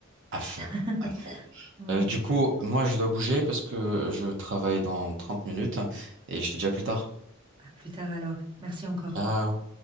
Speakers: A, on the right; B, on the right.
A: À fond,
B: <laughs>
A: à fond.
B: Ouais,
A: Euh, du coup, moi, je dois bouger parce que je travaille dans 30 minutes et je te dis à plus tard.
B: à plus tard alors. Merci encore.
A: Ciao.